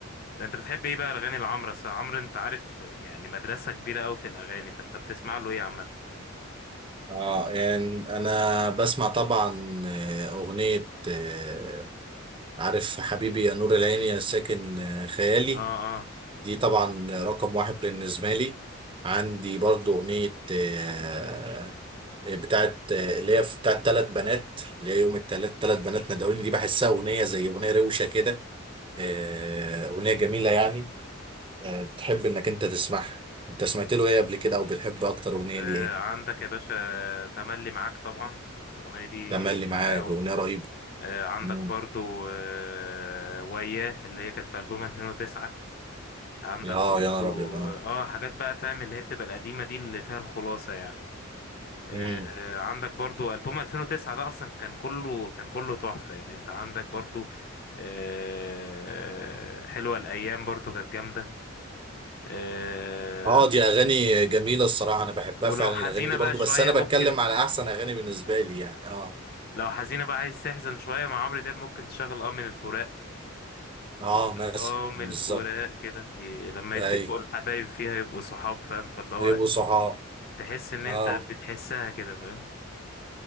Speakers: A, on the left; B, on the right.
A: ده انت بتحب ايه بقى الاغاني لعمرو أصل عمرو انت عارف يعني مدرسه كبيره قوي في الاغاني فانت بتسمع له ايه عامه
B: اه يعني انا بسمع طبعا آه، اغنية آه، عارف حبيبي يا نور العين يا ساكن آه، خيالي
A: اه اه
B: دي طبعا رقم واحد بالنسبة لي عندي برضو اغنية آه، بتاعت آه، اللي هي بتاعت ثلاث بنات اللي هي يوم الثلاث ثلاث بنات ندعوني دي بحسها اغنية زي اغنية روشة كده آه، اغنية جميلة يعني آه، بتحب انك انت تسمعها انت سمعت له ايه قبل كده او بتحب اكتر اغنيه
A: آه،
B: ليه ايه
A: عندك يا باشا تملي معاك طبعا الاغنيه دي
B: تملي
A: جامده
B: معاك
A: قوي
B: اغنيه رهيبه
A: آه عندك
B: مم.
A: برضو آه وياه اللي هي كانت في البوم 2009 عندك
B: اه
A: برضو
B: يا نهار ابيض اه
A: اه حاجات بقى فاهم اللي هي بتبقى القديمه دي اللي فيها الخلاصه يعني آه،
B: مم.
A: عندك برضو ألبوم 2009 ده أصلا كان كله كان كله تحفة يعني أنت عندك برضو آه، حلوة الأيام برضو كانت جامدة آه،
B: اه دي اغاني جميله الصراحه انا بحبها
A: ولو
B: فعلا
A: حزينة
B: الاغاني دي
A: بقى
B: برضو
A: شوية
B: بس انا
A: ممكن
B: بتكلم على احسن اغاني بالنسبه لي يعني اه
A: لو حزينة بقى عايز تحزن شوية مع عمرو دياب ممكن تشغل اه من الفراق
B: اه
A: يقول لك
B: مثلا
A: اه من
B: بالظبط
A: الفراق كده ي- لما
B: ايوه
A: يتفقوا الحبايب فيها يبقوا صحاب فاهم فاللي هو
B: يبقوا صحاب
A: تحس إن أنت
B: اه
A: بتحسها كده فاهم